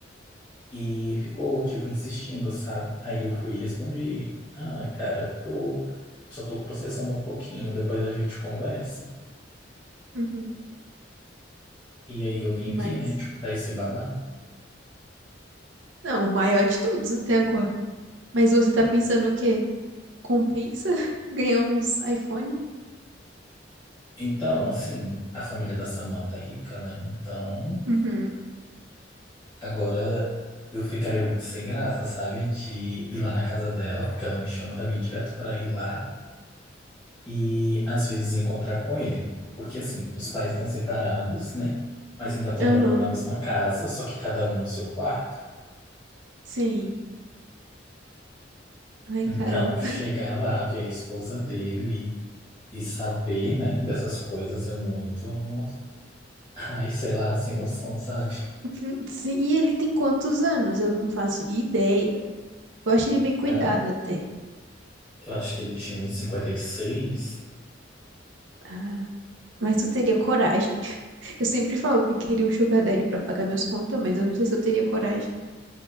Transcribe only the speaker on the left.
E ficou, tipo, insistindo, sabe? Aí eu fui e respondi. Ah, cara, tô... Eu só tô processando um pouquinho, depois a gente conversa.
E aí eu vim
aqui, né, te contar esse babado.
Então, assim, a família da Samantha é rica, né? Então,
agora eu ficaria muito sem graça, sabe? De ir lá na casa dela, porque ela me chama também direto pra ir lá. e às vezes encontrar com ele. Porque assim, os pais estão separados, né? Mas ainda estão
morando na mesma casa, só que cada um no seu quarto.
Então,
chegar lá, ver a esposa dele e saber, né, dessas coisas é muito. Ai, sei lá, sem noção, sabe?
Cara,
eu acho que ele tinha uns cinquenta e seis.